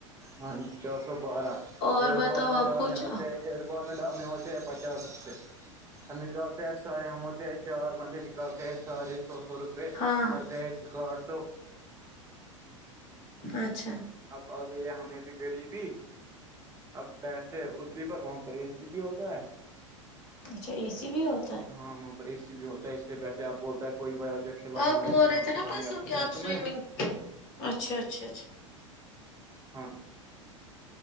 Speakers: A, on the right; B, on the left.
A: ہاں جی چار سو بارہ
B: اور
A: ایڈ
B: بتاؤ
A: بال میں
B: آپ
A: ڈالنے
B: کچھ
A: ہوتے ایٹ بال میں ڈالنے ہوتے پچاس روپئے ہم نکالتے ہیں سارے ہم ہوتے ہیں چار بندے نکالتے ہیں سارے سو سو روپے
B: ہاں
A: ار تو
B: اچھا
A: اب آ گئی ہمیں بھی غریبی اب بیٹھتے ادری پر وہاں فری بھی ہوتا ہے
B: اچھا اے سی بھی ہوتا ہے
A: ہاں اور ای سی بھی ہوتا ہے اس لیے بیٹھے اب بولتا ہے کوئی ب جو کھلو ہمارے
B: آپ بول رہے
A: ہم
B: تھے
A: کھلائیں
B: نا پرسوں
A: گے اپنے
B: کہ
A: پیسوں
B: آپ سوئمنگ
A: میں
B: اچھا اچھا اچھا
A: ہاں